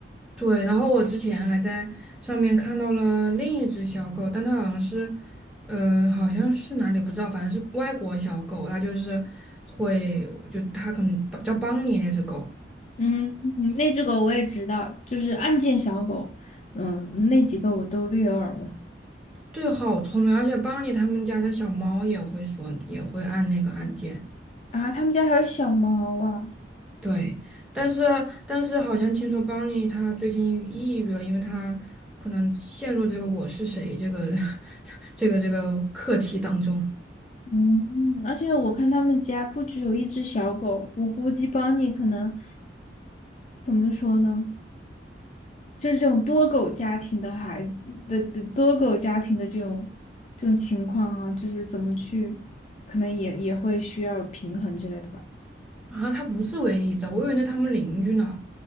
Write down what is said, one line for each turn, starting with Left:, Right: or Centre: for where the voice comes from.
Centre: 对，然后我之前还在上面看到了另一只小狗，但它好像是，呃，好像是哪里不知道，反正是外国小狗，它就是会，就它可能叫邦尼那只狗。
Left: 嗯，嗯那只狗我也知道，就是案件小狗，嗯，那几个我都略有耳闻
Centre: 对，好聪明，而且邦尼他们家的小猫也会说，也会按那个按键。
Left: 啊。他们家还有小猫啊，
Centre: 对，但是但是好像听说邦尼他最近抑郁了，因为他可能陷入这个“我是谁”这个 <laughs> 这个这个课题当中
Left: 嗯，而且我看他们家不只有一只小狗，我估计邦尼可能怎么说呢，就是这种多狗家庭的孩的的多狗家庭的这种这种情况啊，就是怎么去，可能也也会需要平衡之类的吧。
Centre: 啊。他不是唯一一只，我以为是他们邻居呢。